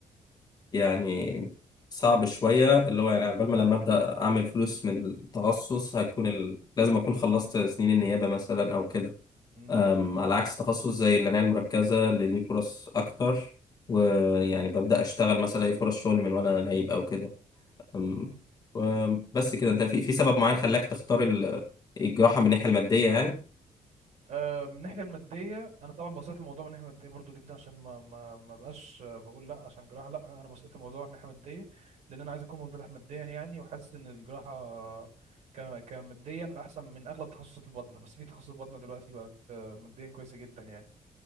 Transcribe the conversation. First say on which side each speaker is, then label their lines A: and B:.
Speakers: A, on the left; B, on the right.
A: يعني صعب شوية اللي هو يعني على بال ما لما أبدأ أعمل فلوس من التخصص هيكون
B: مم.
A: ال... لازم أكون خلصت سنين النيابة مثلا أو كده
B: مم.
A: أم، على عكس تخصص زي العناية المركزة اللي ليه فرص أكتر
B: مم.
A: ويعني ببدأ أشتغل مثلا ألاقي فرص شغل من وأنا نايب أو كده أم،
B: مم.
A: و- بس كده أنت في في سبب معين خلاك تختار ال- الجراحة من الناحية المادية يعني؟
B: آه، من الناحيه الماديه انا طبعا بصيت الموضوع من الناحيه الماديه برضو جدا عشان ما ما ما بقاش آه، بقول لا عشان جراحه لا انا بصيت الموضوع من الناحيه الماديه لان انا عايز اكون منفتح ماديا يعني وحاسس ان الجراحه آه، ك كماديا احسن من اغلب تخصصات البطن بس في تخصصات البطن دلوقتي بقت آه، ماديا كويسه جدا يعني